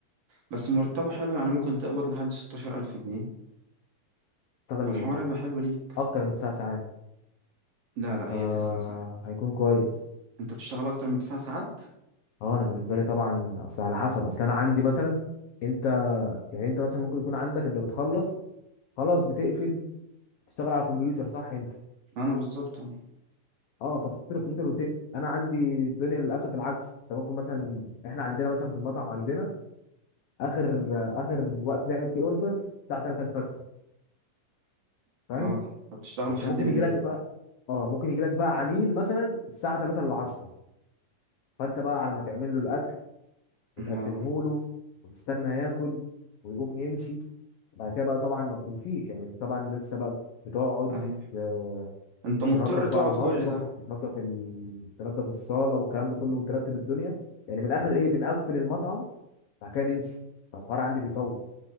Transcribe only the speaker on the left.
اشتغل
اكتر من تسع ساعات
آه
هيكون كويس
اه انا بالنسبه لي طبعا اصل على حسب اصل انا عندي مثلا انت يعني انت مثلا ممكن يكون عندك انت بتخلص خلاص بتقفل تشتغل على الكمبيوتر صح انت
اه فبتشتغل على الكمبيوتر وتقفل انا عندي الدنيا للاسف العكس انت ممكن مثلا احنا عندنا مثلا في المطعم عندنا اخر اخر وقت نعمل فيه اوردر الساعه 3 الفجر فاهم
بس
ممكن
يجي لك بقى اه ممكن يجي لك بقى عميل مثلا الساعه 3 الا 10 فانت بقى على ما تعمل له الاكل وتقدمه
له وتستنى ياكل ويقوم يمشي بعد كده بقى طبعا ما بتمشيش يعني طبعا لسه بقى بتقعد
آه،
تنظف بقى
المطبخ
وتنظف ال... تنظف الصاله والكلام ده كله وترتب الدنيا يعني من الاخر ايه بنقفل المطعم بعد كده نمشي فالحوار عندي بيطول